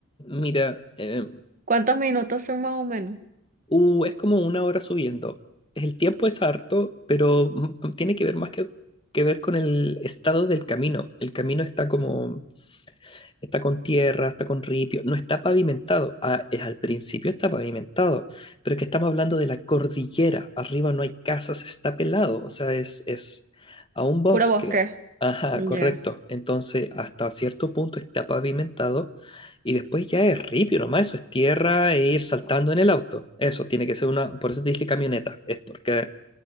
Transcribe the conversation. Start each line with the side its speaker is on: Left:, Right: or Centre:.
Left: Mira, eh,
Right: ¿Cuántos minutos son más o menos?
Left: uh, es como una hora subiendo. El tiempo es harto, pero mm, tiene que ver más que, que ver con el estado del camino. El camino está como Está con tierra, está con ripio, no está pavimentado. Ah, es al principio está pavimentado, pero es que estamos hablando de la cordillera. Arriba no hay casas, está pelado, o sea, es, es a un bosque.
Right: Puro bosque.
Left: Ajá,
Right: Ya,
Left: correcto. Entonces, hasta cierto punto está pavimentado y después ya es ripio nomás, eso es tierra e ir saltando en el auto. Eso tiene que ser una, por eso te dije camioneta, es porque